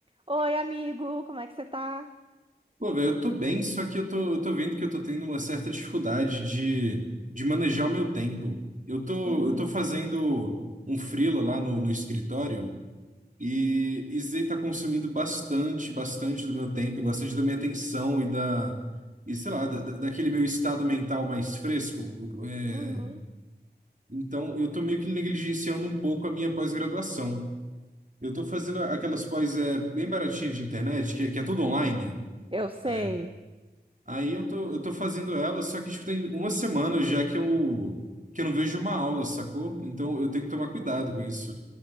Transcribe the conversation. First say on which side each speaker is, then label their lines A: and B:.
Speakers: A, on the right; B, on the right.
A: Oi, amigo, como é que você tá?
B: Pô, velho, eu tô bem, só que eu tô, eu tô vendo que eu tô tendo uma certa dificuldade de, de manejar o meu tempo. Eu tô,
A: Uhum,
B: eu tô fazendo um freela lá no, no escritório e isso aí tá consumindo bastante, bastante do meu tempo, e bastante da minha atenção e da, e sei lá, da, da- daquele meu estado mental mais fresco. É,
A: uhum.
B: então, eu tô meio que negligenciando um pouco a minha pós-graduação. Eu tô fazendo aquelas pós, é, bem baratinhas de internet, que, que é tudo online.
A: Eu sei.
B: É, Aí eu tô, eu tô fazendo ela, só que tipo, tem uma semana já que eu, que eu não vejo uma aula, sacou? Então eu tenho que tomar cuidado com isso.